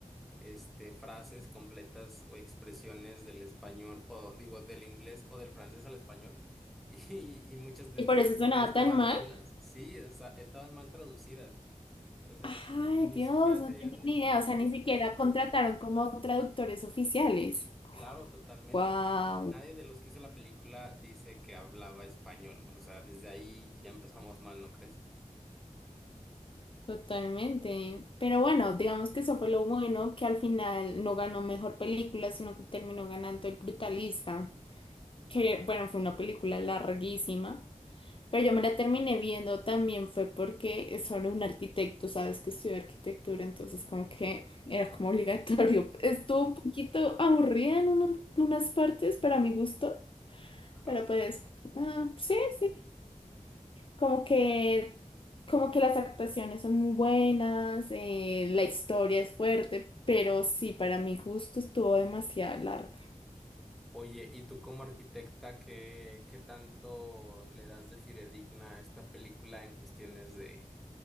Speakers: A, in the centre; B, on the left.
A: este, frases completas o expresiones del español, o digo, del inglés o del francés al español. <laughs> Y, y muchas de
B: Y
A: estas
B: por eso
A: traducciones
B: sonaba
A: estaban
B: tan mal.
A: malas, sí, o sea, estaban mal traducidas. O sea,
B: Ay,
A: ni
B: Dios,
A: siquiera
B: no
A: se dieron
B: tenía ni
A: el
B: idea,
A: tiempo.
B: o sea, ni siquiera contrataron como traductores oficiales.
A: Claro, totalmente.
B: Wow.
A: O sea, nadie de los que hizo la película dice que hablaba español. O sea, desde ahí ya empezamos mal, ¿no crees?
B: Totalmente. Pero bueno, digamos que eso fue lo bueno, que al final no ganó mejor película, sino que terminó ganando El Brutalista, que bueno, fue una película larguísima, pero yo me la terminé viendo también fue porque es sobre un arquitecto, sabes que estudió arquitectura, entonces como que era
A: Bueno,
B: como obligatorio. <laughs> Estuvo un poquito aburrida en uno- unas partes para mi gusto,
A: ajá.
B: pero pues ah, sí, sí, como que, como que las actuaciones son muy buenas, eh, la historia es fuerte, pero sí, para mi gusto estuvo demasiado larga.
A: Oye, ¿y tú como arquitecta, qué, qué tanto le das de fidedigna a esta película en cuestiones de,